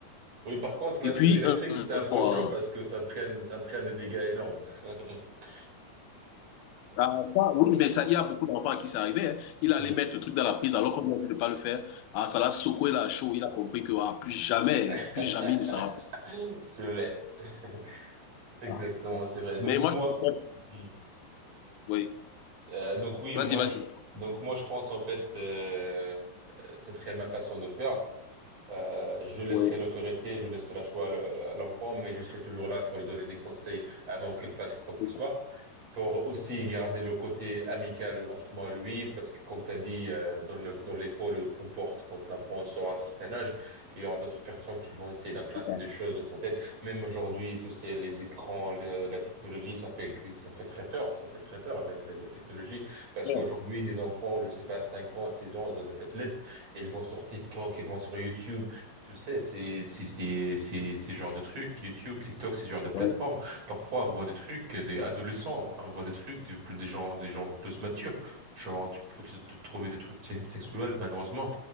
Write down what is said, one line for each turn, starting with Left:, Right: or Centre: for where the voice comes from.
Right: Oui, par contre, la
Left: Et
Right: prise
Left: puis,
Right: électrique,
Left: euh, euh,
Right: c'est un peu chaud parce que ça traîne, ça traîne des dégâts énormes. <laughs>
Left: ah, ça, oui, mais ça, il y a beaucoup d'enfants à qui c'est arrivé. hein. Il allait
Right: Mm.
Left: mettre le truc dans la prise alors qu'on lui a dit de ne pas le faire. Ah, ça l'a secoué la chaud. Il a compris que ah, plus jamais,
Right: <laughs>
Left: plus jamais il ne s'en rappelle.
Right: C'est vrai. <laughs> Exactement,
Left: Ah,
Right: c'est vrai. Donc
Left: Mais moi,
Right: moi,
Left: je...
Right: Mhm.
Left: oui.
Right: euh, donc oui,
Left: Vas-y,
Right: moi,
Left: vas-y.
Right: je, donc moi, je pense en fait, euh, euh, ce serait ma façon de faire. Euh, je laisserai
Left: Oui,
Right: l'autorité, je laisserai la choix à l- à l'enfant, mais je serai toujours là pour lui donner des conseils avant qu'il fasse quoi qu'il
Left: c'est
Right: soit.
Left: ça.
Right: Pour aussi garder le côté amical entre moi et lui, parce que comme tu as dit, euh, dans le- dans l'école ou peu importe, quand l'enfant sera à un certain âge, il y aura d'autres personnes qui vont essayer d'implanter
Left: C'est ça.
Right: des choses dans sa tête. Même aujourd'hui, tous ces, les écrans, le- la technologie, ça fait, que- ça fait très peur, ça fait très peur, la, la- la technologie. Parce
Left: Ouais.
Right: qu'aujourd'hui, les enfants, je sais pas, 5 ans, 6 ans, ils ont des tablettes. Ils vont sur TikTok, ils vont sur YouTube. Tu sais, c'est c'est c'est c'est ces genres de trucs YouTube, TikTok, ces genres de plateformes.
Left: Ouais,
Right: Parfois, on voit des trucs
Left: c'est ça.
Right: euh,
Left: Ouais.
Right: des adolescents, hein, on voit des trucs des, plus- des gens des gens plus matures. Genre, tu peux te, te trouver des trucs sex- sexuels malheureusement.